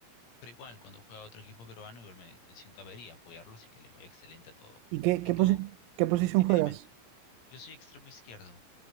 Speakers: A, on the left (about 90°); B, on the right (about 85°).
A: pero igual, cuando juega otro equipo peruano, igual me, me siento a ver y apoyarlo, así que les voy excelente a todo.
B: ¿Y qué,
A: ¿Y
B: qué,
A: tú?
B: posi- qué posición
A: Dime,
B: juegas?
A: dime. Yo soy extremo izquierdo.